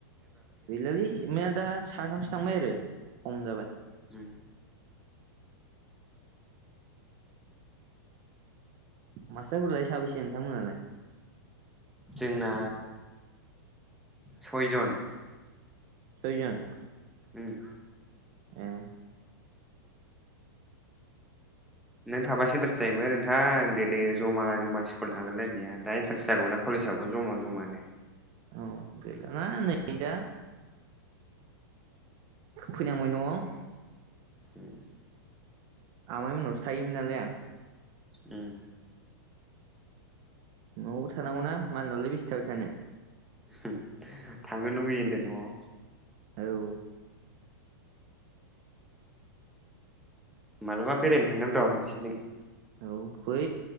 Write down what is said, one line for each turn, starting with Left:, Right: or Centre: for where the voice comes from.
Right: गैलालै सिमा दा साथामसो थांबाय आरो खम जाबाय।
Centre: उम।
Right: मास्टारफोरालाय साबैसे नोंथांमोननालाय?
Centre: जोंना सयजन।
Right: सयजन।
Centre: ओम।
Right: ए।
Centre: नों थाबासो इन्टारेट जायोमोन नोंथां गोदो जमा जमा स्कुल थांलायलायनाया दा इन्टारेस्ट जागौमोनना कले लेसावबो जमा जमानो।
Right: औ गैलाना नै दा फैनांबाय न'आव।
Centre: उम।
Right: आमाय मोननावसो थायोमोन नालाय आं।
Centre: उम।
Right: न'आवबो थानांगौना मालायनावलाय बेसे थाबाय थानो?
Centre: ओं थांनो लुगैयो होनदो न'आव।
Right: औ।
Centre: मालाबा बेरायनो थांगोन र' नोंसिनिथिं।
Right: औ फै।